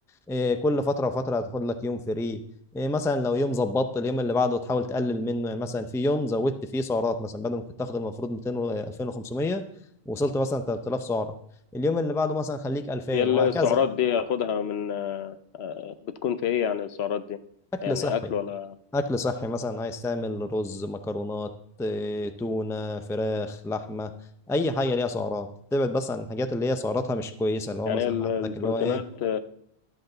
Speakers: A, in the centre; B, on the left.
A: إيه، كل فتره وفتره هتاخد لك يوم فري إيه، مثلا لو يوم ظبطت اليوم اللي بعده تحاول تقلل منه يعني مثلا في يوم زودت فيه سعرات مثلا بدل ما كنت تاخد المفروض 200 و 2500 وصلت مثلا 3000 سعره اليوم اللي بعده مثلا خليك 2000
B: هي السعرات
A: وهكذا
B: دي اخدها من آه، آه، بتكون في ايه يعني السعرات دي
A: اكل
B: يعني
A: صحي
B: اكل ولا
A: اكل صحي مثلا عايز تعمل رز مكرونات إيه، تونه فراخ لحمه اي حاجه ليها سعرات تبعد بس عن الحاجات اللي هي سعراتها مش كويسه اللي هو
B: يعني
A: مثلا
B: ال-
A: عندك
B: البروتينات
A: اللي هو ايه